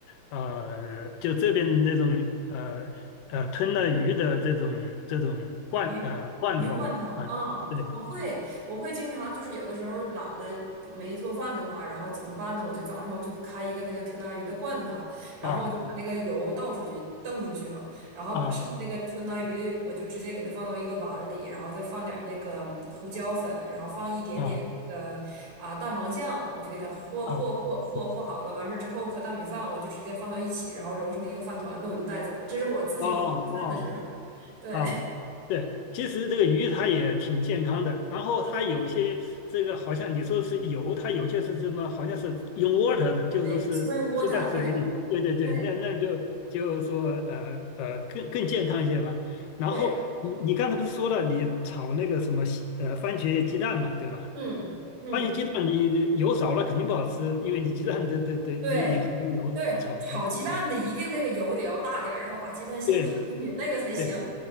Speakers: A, on the left; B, on the right.
A: 呃，就这边那种呃呃吞了鱼的这种这种罐呃罐头啊，
B: 鱼鱼罐头，啊，
A: 对
B: 我会，我会经常就是有的时候懒得不没做饭的话，然后怎么办呢？我就早上我就开一个那个吞拿鱼的罐头，然后我就把那个油倒出去，
A: 啊
B: 瞪出去嘛，然后把剩下那个吞拿鱼我就直接给它放到一个碗里，
A: 啊
B: 然后再放点儿那个嗯胡椒粉，然后放一点点那个啊蛋黄酱，
A: 啊
B: 我就给它和和和和和好了。
A: 啊嗯
B: 完事儿之后和大米饭我就直接放到一起，然后揉成一个饭团子，我就带走了。这是我自己混饭的时候，
A: 哦哦哦
B: <laughs> 对。
A: 啊，对，其实这个鱼它也挺健康的，然后它有些这个好像你说是油，它有些是什么，好像是用 water 的，就是说是是在水里。
B: 对，spring water，对，
A: 对对对，
B: 对
A: 那那就就是说呃呃更更健康一些吧。然后你你刚才不是说了，
B: 对
A: 你炒那个什么西呃番茄鸡蛋嘛，对吧？
B: 嗯嗯，
A: 番茄鸡蛋你油少了肯定不好吃，因为你鸡蛋得得的用你很多油炒的。
B: 对对，炒鸡蛋的一定那个油得要大点儿，
A: 对
B: 然后把鸡蛋先摊进去，
A: 对
B: 那个才行。
A: 对。